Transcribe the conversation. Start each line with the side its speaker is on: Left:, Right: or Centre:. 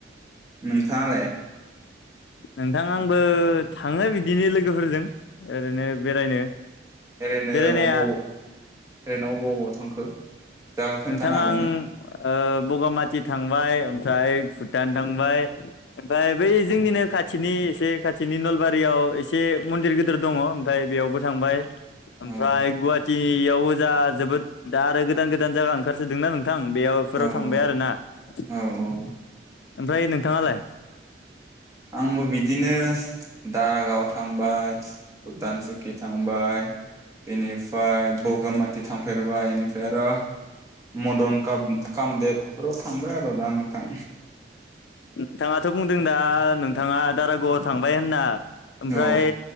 Right: नोंथाङालाय
Left: नोंथां आंबो थाङो बिदिनो लोगोफोरजों ओरैनो बेरायनो
Right: ओरैनो
Left: बेरायनाया
Right: अबाव ओरैनो अबाव अबाव थांखो जायगा खोन्थानो
Left: नोंथां
Right: हागोन ना?
Left: आं बगामाथि थांबाय ओमफ्राय भुटान थांबाय ओमफ्राय बै
Right: औ
Left: जोंनिनो खाथि खाथिनि एसे खाथिनि नलबारियाव एसे मन्दिर गिदिर दङ ओमफ्राय बेयावबो थांबाय ओमफ्राय
Right: औ
Left: गुवाहाटियावबो जा जोबोद दा आरो गोदान गोदान जायगा ओंखारसोदोंना नों नोंथां बेयावफोराव
Right: औ
Left: थांबाय आरोना ओमफ्राय
Right: औ औ
Left: नोंथाङालाय
Right: आंबो बिदिनो दारागाव थांबाय थांबाय भुटान सुकि थांबाय बेनिफ्राय बगामाथि थांफेरबाय बेनिफ्राय आरो मदन काम कामदेबफोराव थांबाय आरो दा नोंथां
Left: नोंथाङाथ' बुंदों दा नोंथाङा दारागावआव थांबाय होनना ओमफ्राय
Right: औ